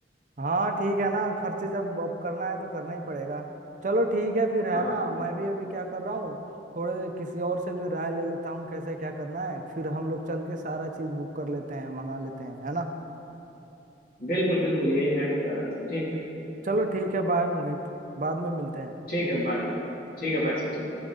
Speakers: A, on the right; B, on the left.
A: हाँ ठीक है ना खर्चे जब अब करना है तो करना ही पड़ेगा चलो ठीक है फिर है
B: हाँ हाँ।
A: ना मैं भी अभी क्या कर रहा हूँ थोड़े किसी और से भी राय ले लेता हूँ कैसे क्या करना है फिर हम लोग चल के सारा चीज बुक कर लेते हैं मंगा लेते हैं है ना
B: बिल्कुल बिल्कुल यही मैं भी कह रहा था ठीक है
A: चलो ठीक है बाय मोहित बाद में मिलते हैं
B: ठीक है बाय ठीक है बाय सचिन